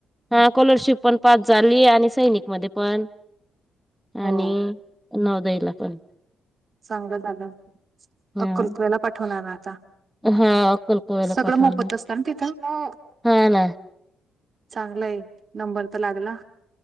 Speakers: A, in the centre; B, on the right (about 45°).
A: हा स्कॉलरशिप पण पास झाली आणि सैनिक मध्ये पण
B: हो
A: आणि नौदयला पण.
B: चांगलं झालं
A: हा.
B: अक्कलकुएला पाठवणार आता?
A: हा अक्कलकोवायला
B: सगळं
A: पाठवलं
B: मोफत असतं न तिथं?
A: हा ना
B: चांगलंय नंबर त लागला.